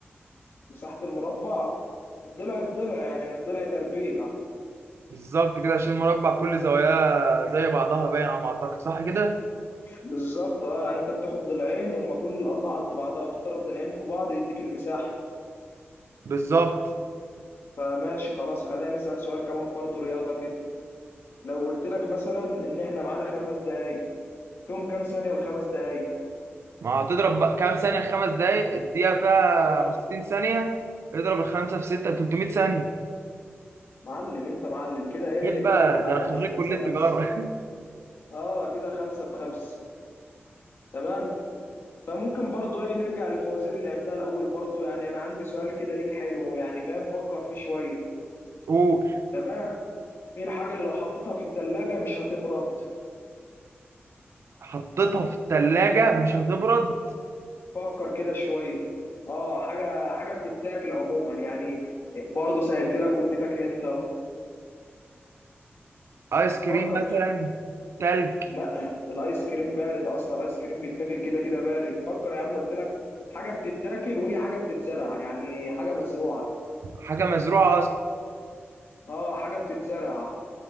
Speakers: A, on the left; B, on the right.
A: مساحه المربع الضلع في ضلع يعني الضلع تربيع
B: بالظبط كده عشان المربع كل زواياه زي بعضها باين على ما اعتقد صح كده
A: بالظبط اه يعني انت بتاخد ضلعين هما كل الاضلاع قد بعضها وتضرب ضلعين في بعض يديك المساحه
B: بالظبط
A: فماشي خلاص خلينا نسال سؤال كمان برضو رياضه كده لو قلت لك مثلا ان احنا معانا خمس دقايق فيهم كام ثانيه الخمس دقايق
B: ما هتضرب بقى كام ثانيه خمس دقايق الدقيقه فيها
A: اه
B: 60 ثانيه اضرب الخمسه في سته 300 ثانيه
A: معلم انت معلم كده ايه
B: عيب بقى
A: كده احنا تعادل
B: ده انا خريج
A: خمسة
B: كليه
A: خمسة
B: تجاره
A: اه كده خمسة في خمسة تمام فممكن برضو ايه نرجع للفوازير اللي لعبناها الاول برضو يعني انا عندي سؤال كده ليك حلو يعني فاهم فكر فيه شويه
B: <laughs>
A: تمام ايه الحاجه اللي لو حطيتها في الثلاجه مش هتبرد
B: وحطيتها في الثلاجه مش هتبرد
A: فكر كده شويه اه حاجه حاجه بتتاكل عموما يعني برضه سهلت لك واديتك هنت اهو
B: ايس كريم
A: فكر
B: مثلا
A: كده
B: تلج
A: لا ال- الايس كريم بارد اصلا الايس كريم بيتاكل كده كده بارد فكر يا عم قلت لك حاجه بتتاكل وهي حاجه بتتزرع يعني حاجه مزروعه
B: حاجه مزروعه اصلا
A: اه حاجه بتتزرع